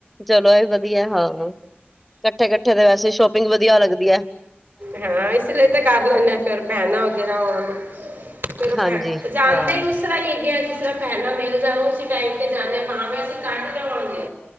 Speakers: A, in the centre; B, on the right.
A: ਚਲੋ ਇਹ ਵਧੀਆ ਹਾਂ। ਇਕੱਠੇ- ਕੱਠੇ ਤੇ ਵੈਸੇ ਸ਼ੌਪਿੰਗ ਮੈਨੂੰ ਵਧੀਆ ਲੱਗਦੀ ਹੈ।
B: ਹਾਂ। ਇਸ ਲਈ ਤੇ ਕਰ ਲੈਂਣੇੇ ਹਾਂ ਫੇਰ ਭੈਣਾਂ ਵਗੈਰਾ ਹੋਣ। ਫਿਰ
A: ਹਾਂਜੀ
B: ਮੈਂ ਜਾਣਦੇ
A: ਹਾਂ
B: ਹੀ ਤਰ੍ਹਾਂਗੇ ਜਿਸ ਤਰ੍ਹਾਂ ਪਹਿਲ ਮਿਲ ਜਾਓ ਅ ਟਾਈਮ ਤੇ ਜਾਂਦੇ ਪਾ ਅਸੀਂ ਘੱਟ ਜਾਵਾਂਗੇ।